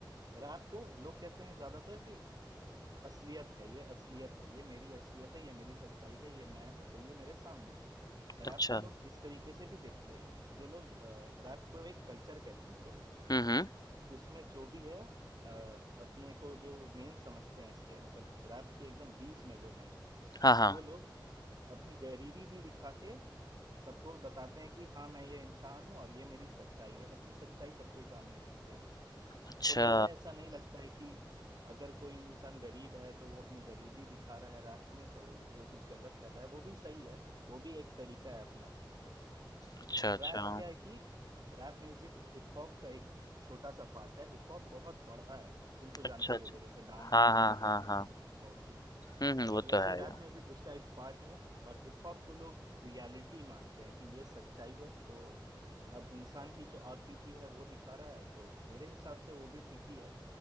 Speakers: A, on the right; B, on the left.
A: रैप को लोग कहते हैं ज्यादातर कि असलियत है ये असलियत है ये मेरी असलियत है ये मेरी सच्चाई है ये मैं हूं तो ये मेरे सामने है
B: अच्छा।
A: रैप को लोग इस तरीके से भी देखते हैं जो लोग रैप को एक कल्चर कहते हैं लोग
B: हुँ, हुँ।
A: उसमें जो भी है अ, अपने को जो मेन समझते हैं इसके मतलब रैप के एकदम बीच में जो है
B: हाँ, हाँ।
A: वो लोग अपनी गरीबी भी दिखा के सबको बताते हैं कि हाँ मैं ये इंसान हूँ और ये मेरी सच्चाई है अपनी सच्चाई सबको ही सामने रखते हैं
B: अच्छा।
A: तो मुझे ऐसा नहीं लगता है कि अगर कोई इंसान गरीब है तो वो अपनी गरीबी दिखा रहा है रैप में तो वो कुछ गलत कर रहा है वो भी सही है वो भी एक तरीका है अपना
B: अच्छा, अच्छा।
A: रैप क्या है कि रैप म्यूजिक हिप हॉप का एक छोटा सा पार्ट है हिप हॉप बहुत बड़ा है तुम तो जानते
B: अच्छा,
A: ही
B: अच्छा।
A: होगे जैसे डांस
B: हाँ,
A: हो गया
B: हाँ,
A: हिप
B: हाँ,
A: हॉप में
B: हाँ।
A: बीट बॉक्सिंग
B: हुँ, हुँ, वो
A: तो वैसे
B: तो है
A: ही रैप
B: यार।
A: म्यूजिक उसका एक पार्ट है और हिप हॉप को लोग रियलिटी मानते हैं कि ये सच्चाई है तो अब इंसान की जो आप बीती है वो दिखा रहा है तो मेरे हिसाब से वो भी ठीक ही है